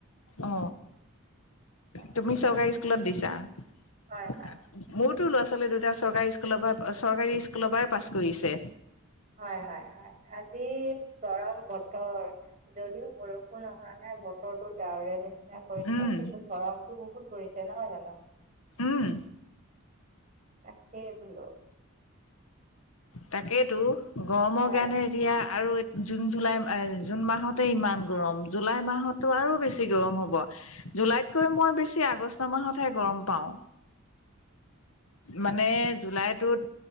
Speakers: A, on the left; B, on the right.
A: অ
B: তাকে
A: তুমি চৰকাই
B: বোলো
A: স্কুলত দিছা আ
B: হয় হয়
A: মোৰতো ল'ৰা ছোৱালী দুটা চৰকাই স্কুলৰ পা চৰকাৰী স্কুলৰ পৰাই পাছ কৰিছে
B: হয়, হয়, হয়। আজি গৰম বতৰৰ যদিও বৰষুণ অহা নাই বতৰতো ডাৱৰিয়াৰ নিচিনা খেনে কৰি,
A: উম
B: কিন্তু গৰমতটো বহুত পৰিছে নহয় জানোঁ।
A: উম
B: তাকে বোলোঁ।
A: তাকেইতো গৰমৰ
B: হয়
A: কাৰনে এতিয়া আৰু জুন, জুলাই, জুন মাহতে ইমান গৰম জুলাই মাহতো আৰু বেছি গৰম হ'ব। জুলাইতকৈ মই বেছি আগষ্ট মাহতহে গৰম পাওঁ। মানে জুলাইটোত